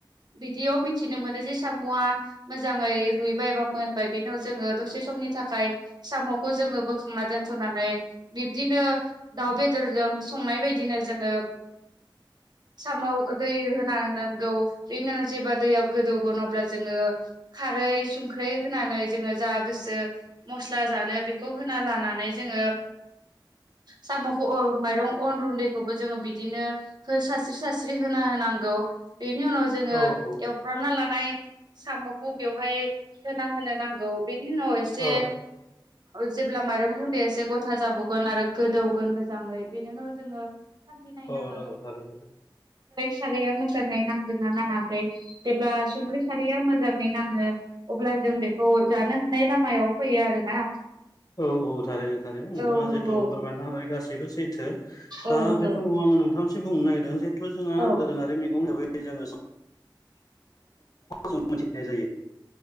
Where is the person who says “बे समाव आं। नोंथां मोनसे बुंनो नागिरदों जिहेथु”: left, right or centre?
Left